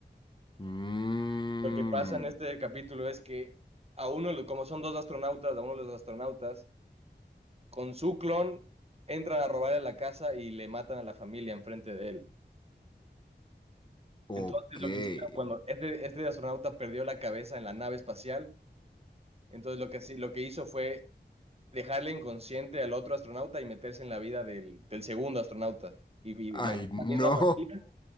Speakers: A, on the left; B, on the right.
A: Mm,
B: Lo que pasa en este capítulo es que a uno, lo- como son dos astronautas, a uno de los astronautas, con su clon entran a robarle la casa y le matan a la familia enfrente de él.
A: ok.
B: Entonces lo que hicieron cuando este, este astronauta perdió la cabeza en la nave espacial, entonces lo que, sí- lo que hizo fue dejarle inconsciente al otro astronauta y meterse en la vida del, del segundo astronauta. Y,
A: Ay,
B: y mató a
A: no,
B: la misma familia,